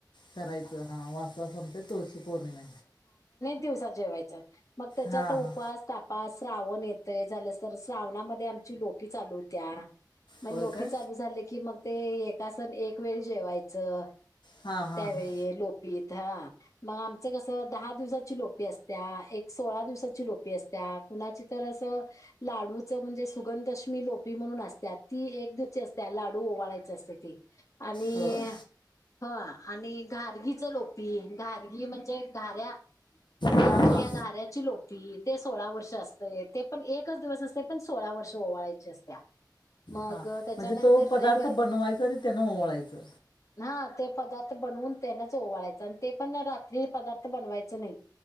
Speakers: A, on the left (about 80°); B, on the left (about 45°).
A: करायचं हा वासवा संते तुळशी पौर्णिमा
B: दिवसात जेवायचं मग त्याच्यात
A: हां
B: उपास
A: हां
B: तपास श्रावण येत. ते झालंस तर श्रावणामध्ये आमची लोपी चालू होत्या. मग
A: होय
B: लोपी
A: का
B: चालू झाले की मग ते एका सन एक वेळ जेवायचं.
A: हां हां
B: त्यावेळी
A: हां
B: लोपी. ह मग आमचं कसं दहा दिवसाची लोपी असत्या एक सोळा दिवसाची लोपी असते. त्या कुणाची तर असं लाडूच म्हणजे सुगं दशमी लोपी म्हणून असतात ती एक. अस लाडू ओळायचे असते ते आणि
A: होय
B: ह आणि घारगीच लोपी घारगी म्हणजे घऱ्या
A: हां
B: करतो
A: हां
B: या्या घाऱ्या ची लोपी ते सोळा वर्ष असतय ते पण एकच दिवस असते पण सोळा वर्ष ओवाळायची असत्या मग
A: हां
B: त्याच्यानंतर
A: म्हणजे तो पदार्थ
B: रविवारी
A: बनवायचा आणि त्यानं ओवाळायचं
B: हा ते पदार्थ बनवून त्यांनाच ओवळायचं आणि ते पण रात्री पदार्थ बनवायच नाही